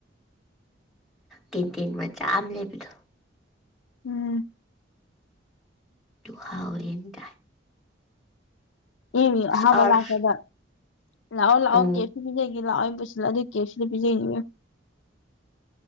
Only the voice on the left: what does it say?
ꯎꯝ
ꯏꯡꯌ
ꯑꯍꯥꯟꯕ
ꯂꯥꯛꯄꯗ ꯂꯥꯛꯑꯣ ꯂꯥꯛꯑꯣ
ꯀꯦ ꯁꯤꯕꯤꯖꯩ ꯂꯥ ꯄꯨꯁꯤꯂꯗꯤ ꯀꯦꯁꯤꯗ ꯄꯖꯩꯅꯤ